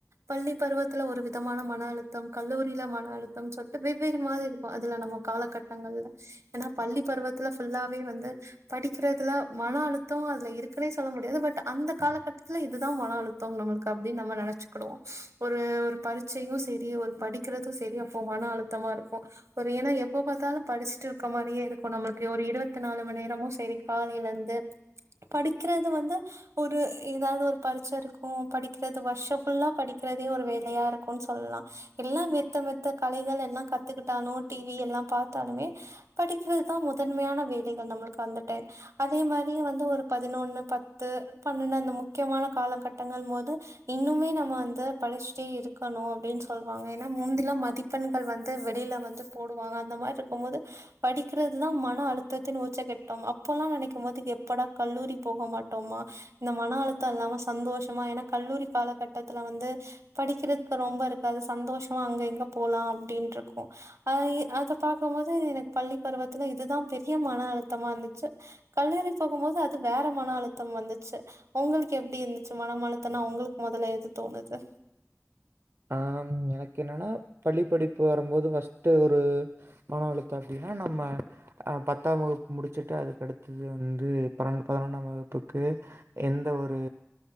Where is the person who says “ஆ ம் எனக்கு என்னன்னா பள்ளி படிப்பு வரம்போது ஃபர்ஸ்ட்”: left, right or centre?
Right